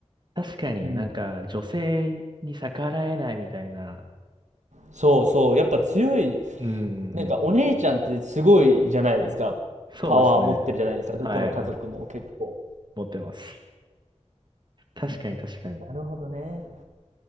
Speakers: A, on the right (about 40°); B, on the right (about 80°).
A: 確かになんか女性に逆らえないみたいな。
B: うん。そうそう、やっぱ強い、
A: うんうんうん。
B: なんかお姉ちゃんってすごいじゃないですか。
A: そうですね。
B: パワー持ってるじゃないですか、どこの家族も結構。
A: はい。持ってます。確かに確かに。
B: なるほどね。